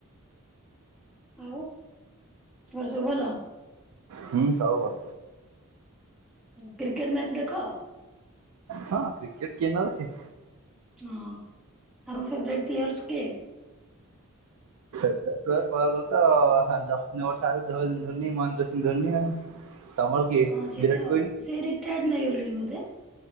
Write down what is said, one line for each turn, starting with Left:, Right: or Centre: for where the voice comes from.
Centre: ଆଉ ଘର ସବୁ ଭଲ?
Right: ହୁଁ ସବୁ ଭଲ
Centre: କ୍ରିକେଟ ମ୍ୟାଚ ଦେଖ?
Right: ହଁ କ୍ରିକେଟ କିଏ ନଦେଖେ
Centre: ହଁ ଆଉ ଆମ ଫେଭରାଇଟ ପ୍ଲେୟର୍ଶ କିଏ?
Right: ପ୍ଲେୟର କହିବାକୁ ଗଲେ ତ <unintelligible> ଧୋନି ମହେନ୍ଦ୍ର ସିଂହ ଧୋନି ଆଉ। ତମର କିଏ
Centre: ହଁ ସିଏ
Right: ବିରାଟ
Centre: ତ
Right: କୋହଲି
Centre: ସିଏ ରିଟାୟାର୍ଡ ନେଇଗଲେଣି ବୋଧେ?